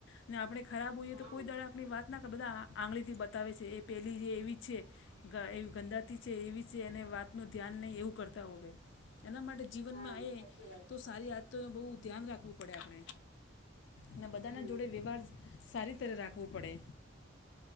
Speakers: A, on the left; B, on the right.
A: ને આપણે ખરાબ હોઈએ
B: હા
A: તો કોઈ દાડે આપની વાત ના કે બધા આંગળી થી બતાવે છે એ પેલી જે એવી જ છે. એ ગંદાતી છે એવી. છે એને વાતનું ધ્યાન નહીં એવું કરતા હોય એના માટે જીવનમાં
B: હા
A: આવે
B: સાચી વાત
A: તો
B: કરી
A: સારી આ. તો બહુ ધ્યાન રાખવું પડે આપણે અને બધા
B: હમ
A: ના જોડે વ્યવહાર. સારી તરે રાખવું પડે